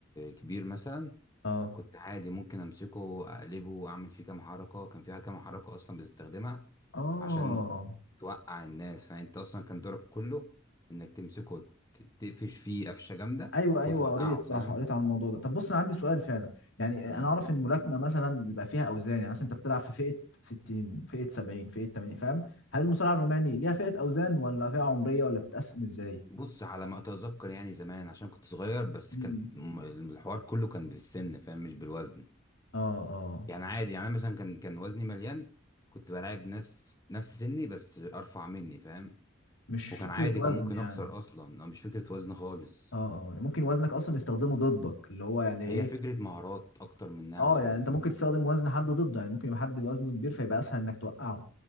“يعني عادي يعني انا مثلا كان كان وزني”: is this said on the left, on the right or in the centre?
Left